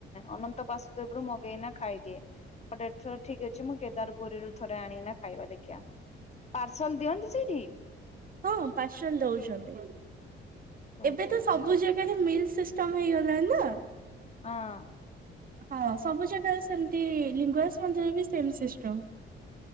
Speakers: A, on the left; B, on the right.
A: ଅନନ୍ତ ବାସୁଦେବରୁୁ ମଗେଇକିନା ଖାଇଦିଏ। ଗୋଟେ ଏଥର ଠିକ ଅଛି ମୁଁ କେଦାର ଗୋଉରିରୁ ଥରେ ଆଣିକିନା ଖାଇବା ଦେଖିବା। ପାର୍ସଲ ଦିଅନ୍ତି ସେଇଠି?
B: ହଁ ପାରଶଲ ଦଉଚନ୍ତି
A: ଦଉଛନ୍ତି
B: ଏବେ ତ ସବୁ
A: ହଁ
B: ଜାଗ ସେଟା ଯୋଉ ମିଲ୍ ସିଷ୍ଟମ ହେଇଗଲାଣି ନା।
A: ହଁ।
B: ହଁ ସବୁ ଜାଗାରେ ସେମତି, ଲିଙ୍ଗରାଜ ମନ୍ଦିରରେ ବି ସେମ୍ ସିଷ୍ଟମ୍।